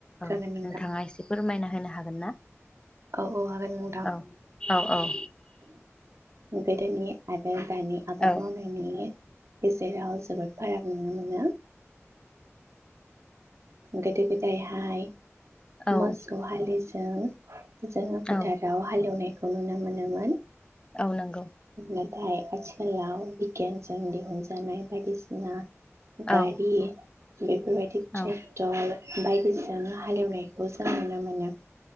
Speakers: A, on the right (about 70°); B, on the left (about 20°).
A: जागोन
B: औ नोंथाङा
A: नोंथां
B: एसे फोरमायना होनो हागोन ना
A: औ औ हागोन नोंथां।
B: औ औ औ
A: गोदोनि आरो दानि आबाद
B: औ
A: मावनायनायनि गेजेराव जोबोद फाराग नुनो मोनो। गोदो गोदाय हाय
B: औ
A: मोसौ हालि जों दो जोङो फोथाराव
B: औ
A: हालेवनाय खौ नुनो मोनोमोन
B: औ नंगौ
A: नाथाय आथिखालाव बिगियानजों दिहुनजानाय बायदिसिना
B: औ
A: गारि बेफोरबायदि सेदार
B: औ
A: बायदिसिना हालेवनायखौ जों नुनो मोनो।